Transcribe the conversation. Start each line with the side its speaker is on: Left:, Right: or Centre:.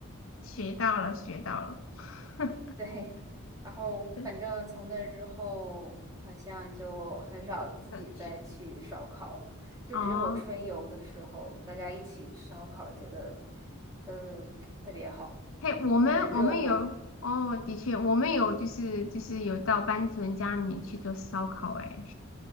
Left: 学到了，学到了，<laughs>
Right: 对，然后反正从那之后，
Left: 是，
Right: 好像就很少自己再去烧烤了，
Left: 那去，
Right: 就只有春游的时候，
Left: 哦。
Right: 大家一起烧烤，觉得呃特别好，
Left: 嘿，我们我们有哦，
Right: 很热闹。
Left: 的确，我们有就是就是有到班主任家里面去做烧烤，哎，